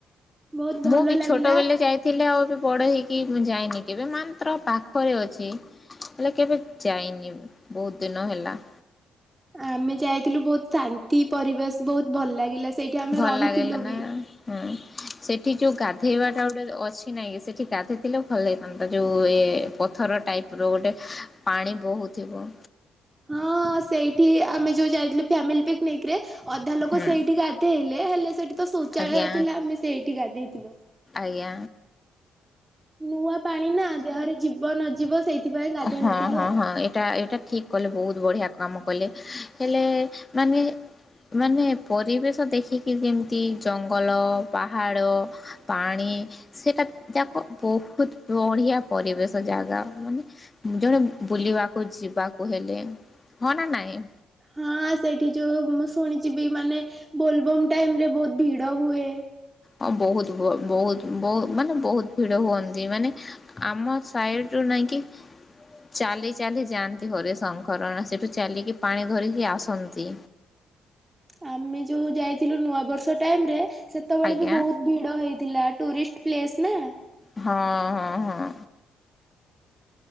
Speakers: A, on the right (about 15°); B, on the left (about 25°).
A: ବହୁତ ଭଲ
B: ମୁଁ ବି
A: ଲାଗିଲା।
B: ଛୋଟ ବଳେ ଯାଇଥିଲି ଆଉ ବି ବଡ ହେଇକି ମୁଁ ଯାଇନି। କେବେ ମାତ୍ର ପାଖରେ ଅଛି ହେଲେ କେବେ ଯାଇନି ବହୁତ ଦିନ ହେଲା।।
A: ଆମେ ଯାଇଥିଲୁ ବହୁତ ଶାନ୍ତି ପରିବେଶ ବହୁତ ଭଲ ଲାଗିଲା। ସେଇଠି ଆମେ
B: ଭଲ
A: ରହିଥିଲୁ
B: ଲାଗିଲା ନା
A: ବି।
B: ହଁ ସେଠି ଯୋଉ ଗାଯୋଉ ଗେଇବା ଟା ଗୋଟେ ଅଛି ନାଇଁ ସେଠି ଗାଧୋଇଥିଲେ ଭଲ ଲାଗିଥାନ୍ତା ଯୋଉ ଏ ପଥର ଟାଇପ ର ଗୋଟେ ପାଣି ବହୁଥିବ।
A: ହଁଁ ସେଇଠି ଆମେ ଯୋଉ ଯାଇଥିଲୁ ଫ୍ୟାମିଲି ପିକନିକ ରେ ଅଧା ଲୋକ
B: ହୁଁ।
A: ସେଇଠିକି ଗଧେଇଲେ ହେଲେ ସେଠି ତ ଶୋ ଚାଳ
B: ଆଜ୍ଞା
A: ଥିଲା ଆମେ ସେଇଠି ଗାଧେଇଥିଲୁ।
B: ଜ୍ଞା।
A: ନୂଆ ପାଣି ନା ଦେହରେ ଯିବ ନ ଯିବ ସେଇଥିପାଇଁ ଗାଧେଇ
B: ହଁ
A: ନଥିଲୁ
B: ହଁ
A: ଆଉ।
B: ହଁ ଏଇଟା ଏଇଟା ଠିକ କଲେ ବହୁତ ବଢିଆ। ଯକ କାମ କଲେ। ହେଲେ ମାନେ ମାନେ ପରିବେଶ ଦେଖିକି ଯେମିତି ଜଙ୍ଗଲ ପାହାଡ଼ ପାଣି ସେଇଟା ଯାକ ବହୁତ ବଢ଼ିଆ ପରିବେଶ ଜାଗା। ମାନେ ଜଣେ ବୁଲିବାକୁ ଯିବାକୁ ହେଲେ ହଁ ନା ନାଇଁ?
A: ହଁ ସେଠି ଯୋଉ ମୁଁ ଶୁଣିଛି ବି ମାନେ ବୋଲବମ ଟାଇମ ରେ ବହୁତ ଭିଡ ହୁଏ।
B: ହଁ ବହୁତ ବହୁତ ବହୁତ ମାନେ ବହୁତ ଭିଡ ହୁଅନ୍ତି। ମାନେ ଆମ ସାଇଡ ରୁ ନାଇଁକ ଚାଲି ଚାଲି ଯାଆନ୍ତି। ହରେ ଶଙ୍କର ସେଠୁ ଚାଲିକି ପାଣି ଧରିକି ଆସନ୍ତି।
A: ଆମେ ଯୋଉ ଯାଇଥିଲୁ ନୂଆ ବର୍ଷ ଟାଇମ ରେ ସେତେବେଳେ
B: ଆଜ୍ଞା
A: ବି ବହୁତ ଭିଡ ହେଇଥିଲା ଟୁରିଷ୍ଟ ପ୍ଲେସ ନା।
B: ହଁ ହଁ ହଁ